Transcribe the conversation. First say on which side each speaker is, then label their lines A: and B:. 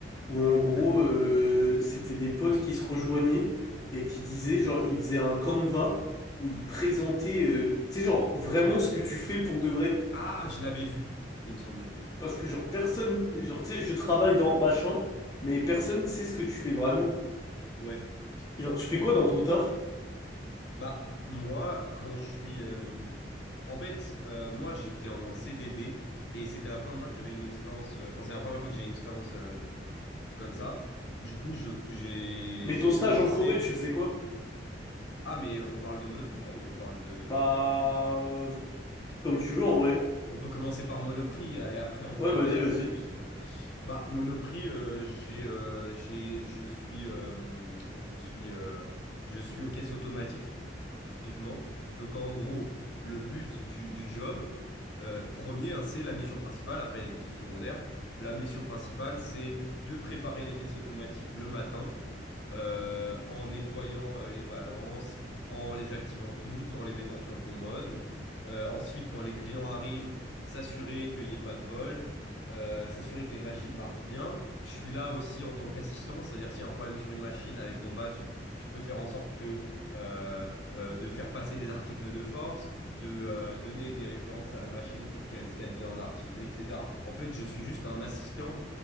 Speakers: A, on the left (about 20°); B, on the left (about 70°).
A: où en gros,
B: ouais.
A: euh, c'était des potes qui se rejoignaient et qui disaient, genre, ils faisaient un Canva où ils présentaient, euh, tu sais, genre, vraiment ce que tu fais pour de vrai.
B: Ah, je l'avais vu, il me semblait.
A: Parce que genre personne, genre tu sais, je travaille dans machin, mais personne sait ce que tu fais vraiment.
B: Ouais.
A: Genre tu fais quoi dans ton taf?
B: Bah, moi, quand je suis... euh, En fait, euh, moi, j'étais en CDD et c'était la première fois que j'avais une expérience... euh, Enfin, c'est la première fois que j'ai une expérience euh, comme ça. Du coup, je, j'ai,
A: Mais
B: j'ai
A: ton stage
B: commencé...
A: en Corée, tu faisais quoi?
B: Ah, mais on parle de Monoprix là ou on parle de...
A: Bah euh, comme tu veux en vrai.
B: On peut commencer par Monoprix et après on
A: Ouais,
B: peut parler
A: vas-y,
B: des
A: vas-y.
B: stages, si tu veux. Bah, Monoprix, euh, j'ai, euh, j'ai, je suis, euh, je suis, euh, je suis aux caisses automatiques, typiquement. Donc, en gros, le but du, du job, euh, premier, hein, c'est la mission principale. Après, il y a des missions secondaires. La mission principale, c'est de préparer les caisses automatiques le matin, euh, en nettoyant euh, les balances, en les activant toutes, en les mettant sur le bon mode. Euh, ensuite, quand les clients arrivent, s'assurer qu'il n'y ait pas de vol euh, s'assurer que les machines marchent bien. Je suis là aussi en tant qu'assistant, c'est-à-dire s'il y a un problème sur une machine avec mon badge, je peux faire en sorte que euh, euh, de faire passer des articles de force, de euh, donner des références à la machine pour qu'elle scanne bien un article, etc. En fait, je suis juste un assistant